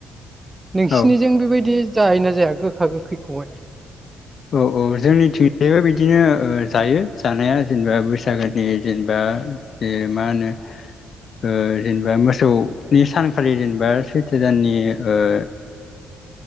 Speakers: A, on the right; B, on the left.
A: नोंसिनिजों
B: औ
A: बेबायदि जायोना जाया गोखा गोखैखौहाय?
B: औ औ जोंनिथिं जायबो बिदिनो ओ जायो जानाया जेनेबा बैसागोनि जेनेबा इ मा होनो ओ जेनेबा मोसौनि सानखालि जेन बा सैथो दाननि ओ